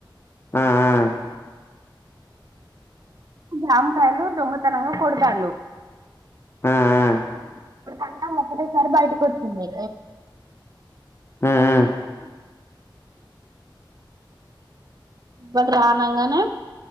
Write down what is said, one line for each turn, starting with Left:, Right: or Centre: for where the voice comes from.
Left: ఆ, ఆ,
Right: జామ్ కాయలు దొంగతనంగా కొడుతాండు
Left: ఆ, ఆ,
Right: అన్నా ఒకటేసారి బయటకు వచ్చింది
Left: ఆ, ఆ,
Right: వాడు రానంగానే